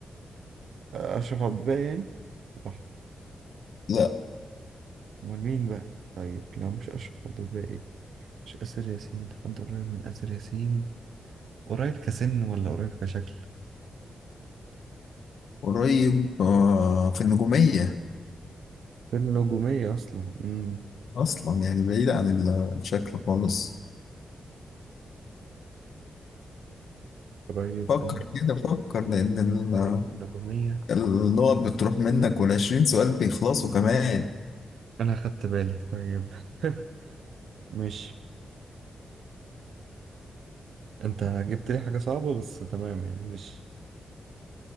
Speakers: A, on the right; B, on the left.
A: أشرف عبد الباقي يعني صح
B: لا
A: أمال مين بقى طيب لو مش أشرف عبد الباقي مش آسر ياسين حد قريب من آسر ياسين قريب كسن ولا قريب كشكل
B: قريب آه، في النجومية
A: في النجومية أصلا امم
B: أصلا يعني بعيد عن ال- الشكل خالص
A: قريب في
B: فكر
A: الن-
B: كده فكر لأن ال-
A: قريب في النجومية
B: النقط بتروح منك والعشرين سؤال بيخلصوا كمان
A: أنا خدت بالي طيب <laughs> مش أنت جبت لي حاجة صعبة بس تمام يعني مش